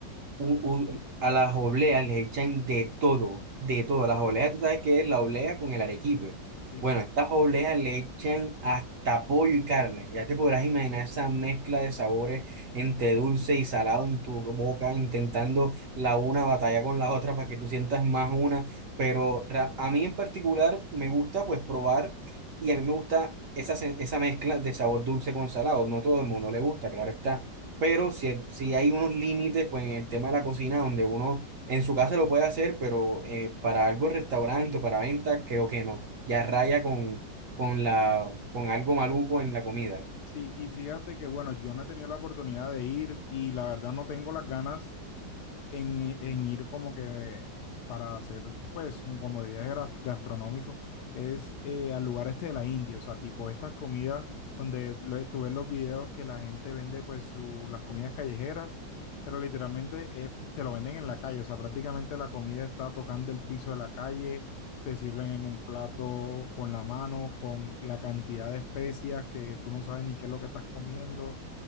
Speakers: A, on the right (about 60°); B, on the left (about 70°).
A: u- u- a las obleas les echan de todo, de todo.
B: Ok,
A: Las obleas, tú sabes qué es la oblea con el arequipe.
B: sí,
A: Bueno,
B: sí.
A: estas obleas le echan hasta pollo y carne. Ya te podrás imaginar esa mezcla de sabores entre dulce y salado en tu boca, intentando la una batalla con la otra para que tú sientas más una. Pero ra- a mí en particular me gusta pues probar y a mí me gusta esa, sen- esa mezcla de sabor dulce con salado. No todo el mundo le gusta, claro está pero si, si hay unos límites, pues en el tema de la cocina, donde uno en su casa lo puede hacer, pero eh, para algo restaurante o para venta, creo que no. Ya raya con, con la, con algo maluco en la comida.
B: Sí, y fíjate que bueno, yo no he tenido la oportunidad de ir y la verdad no tengo las ganas en, i- en ir como que para hacer, pues, un- como de viajes gras- gastronómicos, es eh, al lugar este de la India, o sea, tipo estas comidas donde lo- tú ves los videos que la gente vende, pues, su- las comidas callejeras, pero literalmente eh, te lo venden en la calle, o sea, prácticamente la comida está tocando el piso de la calle, te sirven en un plato con la mano, con la cantidad de especias que tú no sabes ni qué es lo que estás comiendo